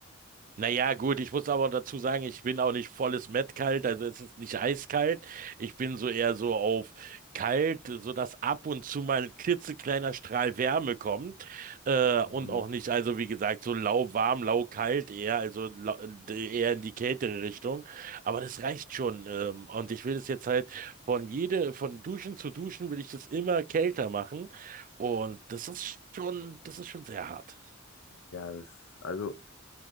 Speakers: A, on the right (about 40°); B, on the left (about 70°).
A: Naja, gut, ich muss aber dazu sagen, ich bin auch nicht volles Mettkalt, also es ist nicht eiskalt. Ich bin so eher so auf kalt, sodass ab und zu mal ein klitzekleiner Strahl Wärme kommt. Äh,
B: Mhm.
A: und auch nicht, also wie gesagt, so lauwarm, laukalt eher, also lau, äh, eher in die kältere Richtung. Aber das reicht schon. Ähm, und ich will das jetzt halt von jede, von Duschen zu Duschen will ich das immer kälter machen. Und das ist schon, das ist schon sehr hart.
B: Ja, das, also,